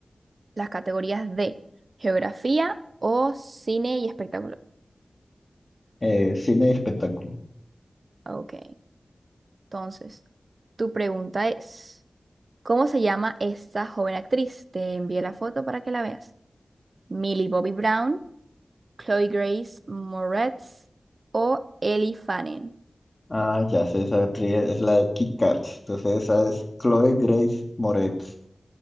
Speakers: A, on the right (about 65°); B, on the left (about 35°).
A: las categorías de geografía o cine y espectáculo.
B: Eh, cine y espectáculo.
A: Ok. Entonces, tu pregunta es, ¿cómo se llama esta joven actriz? Te envié la foto para que la veas. Millie Bobby Brown, Chloe Grace Moretz o Ellie Fanning.
B: Ah, ya sé, esa actriz es la de Kick-Ass. Entonces esa es Chloe Grace Moretz.